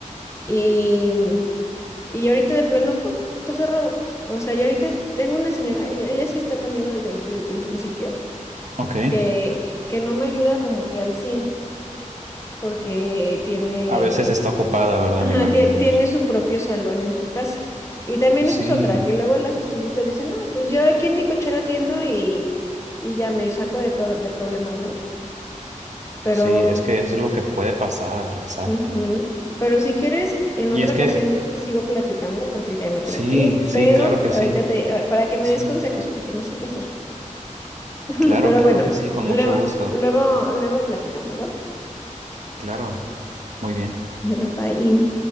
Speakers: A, on the left; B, on the right.
A: Y, y ahorita de plano, ¡pum! está cerrado. O sea, yo ahorita tengo una señora, ella, ella sí está conmigo desde, el- desde un principio,
B: Ok.
A: que, que no me ayuda como que al 100 porque tiene,
B: A veces está ocupada, ¿verdad?
A: ajá,
B: Me imagino,
A: tie-
B: no
A: tiene
B: sé.
A: su propio salón en su casa. Y también
B: Sí,
A: eso es otra, que luego las estilistas dicen, ah, pues yo aquí en mi cochera atiendo y, y ya me saco de, pro- de problemas, ¿no? Pero...
B: sí, es que es lo que puede pasar, exacto.
A: Ujú. Pero si quieres, en
B: Y
A: otra
B: es
A: ocasión
B: que,
A: te sigo platicando porque ahorita ya me
B: sí,
A: tengo que ir,
B: sí,
A: pero
B: claro que
A: ahorita
B: sí.
A: te, eh, para que me
B: Sí,
A: des consejos porque no sé qué hacer. <laughs>
B: claro,
A: Pero
B: claro
A: bueno,
B: que sí, con
A: luego,
B: mucho gusto.
A: luego, luego platicamos, ¿va?
B: Claro, muy bien.
A: Bueno, bye.